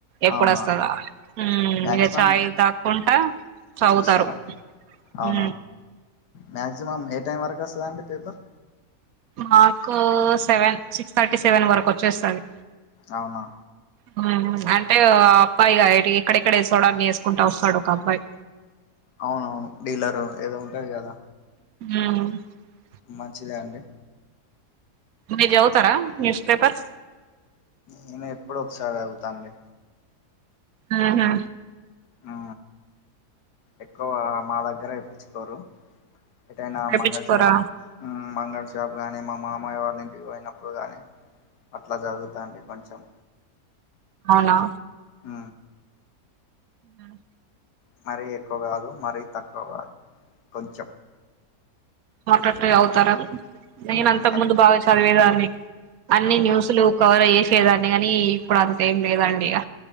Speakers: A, on the right; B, on the left.
A: ఎప్పుడుొస్తందాని
B: అవునా
A: ఊ
B: మ్యాక్సిమం
A: ఇక చాయ్ తాకుంటా చదువుతారు
B: చూస్తారా అవునా
A: ఊ
B: మ్యాక్సిమం ఏ టైం వరకు వస్తుదండి పేపర్
A: మాకు సెవెన్ సిక్స్ థర్టీ సెవెన్ వరకు వచ్చేస్తది
B: అవునా
A: ఉమ్ అంటే ఓ అబ్బాయిగా ఇగ ఎటు ఎక్కడెక్కడ వేస్ చోడాన్ని వేసుకుంటా వస్తాడు ఒక అబ్బాయి
B: అవునవును డీలరు ఏదో ఉంటది కదా
A: ఊ
B: మంచిదే అండి
A: మీరు చదువుతరా న్యూస్ పేపర్స్
B: నేను ఎప్పుడు ఒకసారి చదువుతాండి
A: ఊహు
B: ఆ ఎక్కువ మా దగ్గర ఏప్పించుకోరు ఎంటైనా
A: వేపించుకోరా
B: మంగళల్ షాప్ ఊ మంగళ షాప్ కానీ మా మామయ్య వాళ్ళ ఇంటికి పోయినప్పుడు కానీ అట్లా జరుగుతండి కొంచం
A: అవునా
B: ఊ
A: ఉ
B: మరీ ఎక్కువ కాదు మరీ తక్కువ కాదు కొంచెం
A: మటట్ అవుతారా నేను
B: ఉమ్
A: అంతకు
B: అట్
A: ముందు బాగా చదివేదాన్ని అన్ని
B: అవునండి
A: న్యూస్లు కవర్సేదాన్ని కాని ఇప్పుడు అంత ఏం లేదండి ఇక